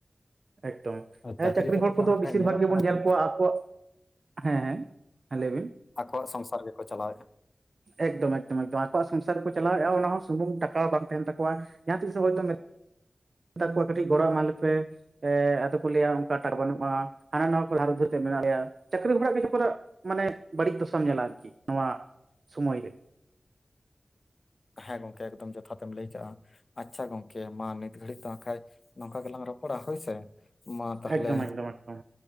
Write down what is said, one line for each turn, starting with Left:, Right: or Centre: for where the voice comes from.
Right: ᱮᱠᱫᱚᱢ
Left: ᱟᱨ
Right: ᱦᱮᱸ ᱪᱟᱹᱠᱨᱤ
Left: ᱠᱟᱛᱮᱫ
Right: ᱦᱚᱲ ᱠᱚ
Left: ᱦᱟᱸᱜ
Right: ᱫᱚ
Left: ᱠᱷᱟᱡ
Right: ᱵᱮᱥᱤᱨ
Left: ᱧᱮᱞᱚᱜ
Right: ᱵᱷᱟᱜᱽ ᱜᱮ
Left: ᱠᱟᱱᱟ
Right: ᱵᱚᱱ ᱧᱮᱞ
Left: ᱡᱮ
Right: ᱠᱚᱣᱟ ᱟᱠᱚᱣᱟᱜ ᱦᱮᱸ, ᱦᱮᱸ ᱞᱟᱹᱭ ᱵᱤᱱ
Left: ᱟᱠᱚᱣᱟᱜ ᱥᱚᱝᱥᱟᱨ ᱜᱮᱠᱚ ᱪᱟᱞᱟᱣᱮᱫᱼᱟ
Right: ᱮᱠᱫᱚᱢ ᱮᱠᱫᱚᱢ ᱮᱠᱫᱚᱢ ᱟᱠᱚᱣᱟᱜ ᱥᱚᱝᱥᱟᱨ ᱜᱮ ᱠᱚ ᱪᱟᱞᱟᱣᱮᱫᱼᱟ ᱚᱱᱟ ᱦᱚᱸ ᱥᱩᱢᱩᱝ ᱴᱟᱠᱟ ᱦᱚᱸ ᱵᱟᱝ ᱛᱟᱦᱮᱱ ᱛᱟᱠᱚᱣᱟ, ᱡᱟᱦᱟᱸ ᱛᱤᱥ ᱦᱚᱭᱛᱳ ᱢᱮᱛᱟ ᱠᱚᱣᱟ ᱠᱟᱹᱴᱤᱡ ᱜᱚᱲᱚ ᱮᱢᱟ ᱞᱮ ᱯᱮ, ᱮ ᱟᱫᱚ ᱠᱚ ᱞᱟᱹᱭᱟ ᱚᱱᱠᱟ ᱴᱟᱜ ᱵᱟᱹᱱᱩᱜᱼᱟ ᱦᱟᱱᱟ ᱱᱟᱣᱟ ᱠᱚ ᱫᱦᱟᱨ ᱩᱫᱷᱟᱹᱨ ᱛᱮ ᱢᱮᱱᱟᱜ ᱞᱮᱭᱟ ᱪᱟᱹᱠᱨᱤ ᱵᱚᱲᱟᱜ ᱜᱮ ᱯᱟᱨᱟ ᱾ ᱢᱟᱱᱮ ᱵᱟᱹᱲᱤᱡ ᱫᱚᱥᱟᱢ ᱧᱮᱞᱟ ᱟᱨᱠᱤ, ᱱᱚᱣᱟ ᱥᱩᱢᱚᱭ ᱨᱮ
Left: ᱦᱮᱸ ᱜᱚᱢᱠᱮ ᱮᱠᱫᱚᱢ ᱡᱚᱛᱷᱟᱛ ᱛᱮᱢ ᱞᱟᱹᱭ ᱟᱠᱟᱜᱼᱟ ᱾ ᱟᱪᱪᱷᱟ ᱜᱚᱢᱠᱮ ᱢᱟ ᱱᱤᱛ ᱜᱷᱟᱹᱲᱤᱡ ᱛᱚ ᱠᱷᱟᱡ ᱱᱚᱝᱠᱟ ᱜᱮᱞᱟᱝ ᱨᱚᱯᱚᱲᱟ ᱦᱳᱭ ᱥᱮ, ᱢᱟ ᱛᱟᱦᱚᱞᱮ
Right: ᱮᱠᱫᱚᱢ ᱮᱠᱫᱚᱢ ᱮᱠᱫᱚᱢ